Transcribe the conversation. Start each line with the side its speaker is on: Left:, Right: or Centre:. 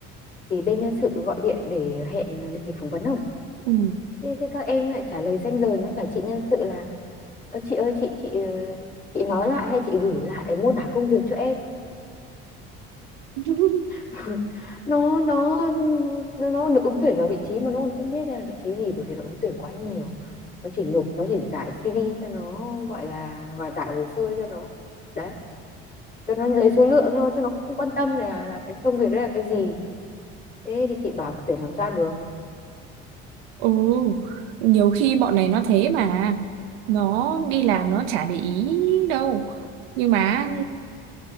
Left: thì bên nhân sự gọi điện để hẹn lịch phỏng vấn không
Right: ừ.
Left: thế, thế các em lại trả lời ranh rời với cả chị nhân sự là "Ơ, chị ơi chị chị ờ, chị nói lại hay chị gửi lại mô tả công việc cho em
Right: <laughs>
Left: <laughs> nó nó nó nó, nó ứng tuyển vào vị trí mà nó còn không biết đây là vị trí gì bởi vì nó ứng tuyển quá nhiều nó chỉ nộp nó chỉ giải CV cho nó gọi là và giải hồ sơ cho nó đấy cho nó lấy số lượng thôi cho nó không quan tâm là là cái công việc đấy là cái gì thế thì chị bảo tuyển làm sao được
Right: Ừ, nhiều khi bọn này nó thế mà nó đi làm nó chả để ý đâu nhưng mà